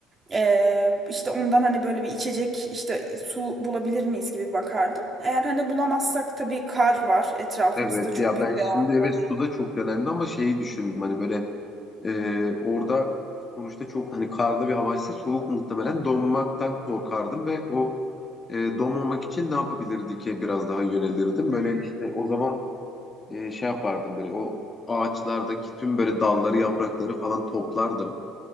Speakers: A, on the right; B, on the left.
A: ee, işte ondan hani böyle bir içecek işte su bulabilir miyiz gibi bakardım. Eğer hani bulamazsak tabii kar var etrafımızda
B: Evet
A: çok
B: ya
A: büyük
B: ben şimdi
A: bir avantaj.
B: evet su da çok önemli ama şeyi düşündüm hani böyle e, orada sonuçta çok hani karlı bir havaysa soğuk muhtemelen donmaktan korkardım ve o e, donmamak için ne yapabilirdi ki biraz daha yönelirdim.
A: Hmm.
B: Böyle işte o zaman e, şey yapardım böyle o ağaçlardaki tüm böyle dalları yaprakları falan toplardım.